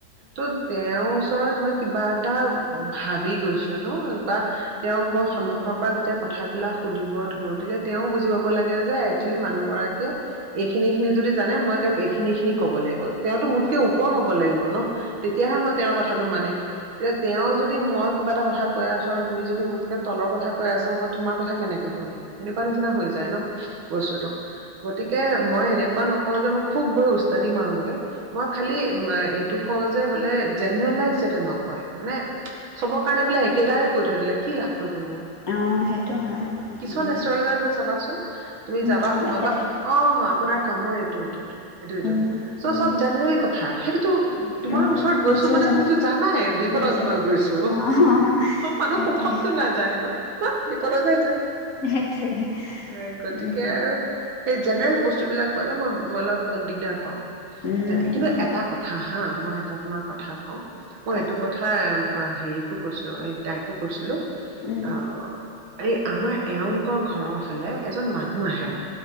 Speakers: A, on the right; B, on the left.
A: ত' তেওঁৰ ওচৰত মই কিবা এটা ভাবি গৈছো ন বা তেওঁক মই সন্মুখৰ পৰা যেতিয়া কথাবিলাক সুধিব। ধ গতিকে তেওঁ বুজি পাব লাগে যে একচুৱেলি মানুহ গৰাকীয়ে এইখিনি খিনি যদি জানে মই তেওঁক এইখিনি খিনি ক'ব লাগিব' তেওঁতো মোতকে ওপৰ হব লাগিব। ন তেতিয়াহে মই তেওঁৰ কথাটো মানিম এতিয়া তেওঁ যদি মই কিবা এটা কথা কৈ আছো আৰু তুমি যদি মোতকে তলৰ কথা কৈ আছা মই তোমাৰ কথা কেনেকে শুনিম এনেকুৱা নিচিনা হৈ যায় ন বস্তুতো গতিকে মই এনেকুৱা নকওঁ যে মই খুব গৈ উস্তাদি মাৰগে মই খালি এইটো কওঁ যে বোলে জেনেৰেলাইজ যতে নকয় মানে। চবৰ কাৰণে বোলে এক। কেইটাইে কৈ থৈ দিলে কি লাভটো হ'ল মোৰ
B: অঁ সেইটো হয় উম,
A: <unintelligible> চাবাচোন তুমি
B: উম
A: যাবা
B: নাই
A: সোমাবা
B: একেটাই।
A: অ আপোনাৰ কামৰ এইটো এইটো এইটো এইটো এইটো
B: উম,
A: চ
B: উম,
A: চব। জেনেৰেল কথা সেইটোতো তোমাৰ।
B: উম,
A: ওচৰত গৈছো
B: নিজেও
A: মানে
B: জানো
A: তুমিতো জানাই বিপদত
B: নিজে
A: মই গৈছো
B: অ'
A: অ মানুহ
B: সেইটোৱে
A: সুখততো নাযায় ন হ বিপদতে যায়
B: সেইটোৱেই
A: এ গতিকে আৰু সেই জেনেৰেল বস্তু বিলাক কলে মই অলপ দিগদাৰ পাও
B: উম,
A: যেনে কিন্তু এটা কথা হা মই এটা তোমাক কথা কওঁ মই
B: কোৱা
A: এইটো কথা হেৰিকো কৈছিলো এই তাইকো কৈছিলো
B: উম,
A: অ এই আমাৰ। এওঁলোকৰ ঘৰৰ ফালে এজন মানুহ আহে